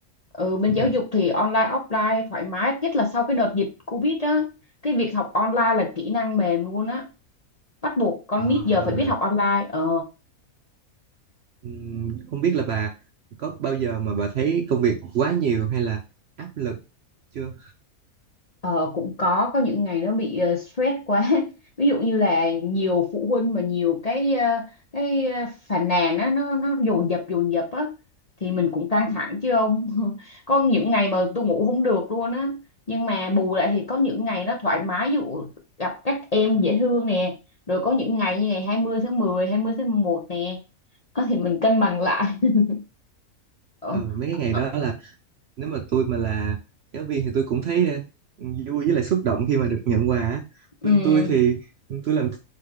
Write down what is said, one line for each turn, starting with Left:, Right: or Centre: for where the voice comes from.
Left: ừ, bên
Right: <laughs>
Left: giáo dục thì online, offline thoải mái. Nhất là sau cái đợt dịch Covid á, cái việc học online là kỹ năng mềm luôn á. Bắt buộc con
Right: Ờ,
Left: nít giờ phải biết học online. Ờ.
Right: Ừm, Không biết là bà có bao giờ mà bà thấy công việc quá nhiều hay là áp lực chưa?
Left: Ờ, cũng có có những ngày nó bị ờ, stress quá <laughs> ví dụ như là nhiều phụ huynh mà nhiều cái ờ, cái ờ, phàn nàn á nó nó dồn dập dồn dập á thì mình cũng căng thẳng chứ ông <laughs> có những ngày mà tôi ngủ không được luôn á nhưng mà bù lại thì có những ngày nó thoải mái ví dụ gặp các em dễ thương nè rồi có những ngày như ngày hai mươi tháng mười hai mươi tháng 11 nè Ờ, thì mình cân bằng lại <laughs> Ờ,
Right: Ừ, mấy cái ngày
Left: ờ,
Right: đó là nếu mà tôi mà là giáo viên thì tôi cũng thấy ờ, vui với lại xúc động khi mà được nhận quà. á.
Left: ừ,
Right: Bên tôi thì tôi làm